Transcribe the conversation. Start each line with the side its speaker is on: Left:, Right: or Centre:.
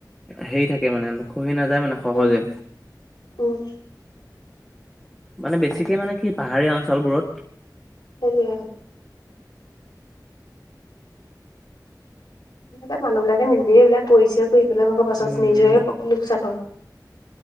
Centre: হেৰি থাকে মানে খহি নাযায় মানে সহজে।
Left: উম উম।
Centre: মানে বেছিকে মানে কি পাহাৰীয়া অঞ্চলবোৰত।
Left: তই জিয়াই থাক? সেই মানুহবিলাকে নিজেই এইবিলাক কৰি কৰিছেই, কৰি পেলাই আকৌ পাছত
Centre: উম
Left: নিজৰে লোকচান হয়,